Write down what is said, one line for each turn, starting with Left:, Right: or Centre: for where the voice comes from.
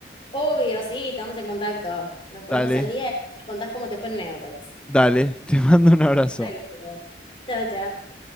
Left: Obvio, sí, estamos en contacto. Nos ponemos
Centre: Dale,
Left: al día y me contás cómo te fue en Neopets.
Centre: dale, <laughs> te mando un abrazo.
Left: Dale, pues. Chao, chao.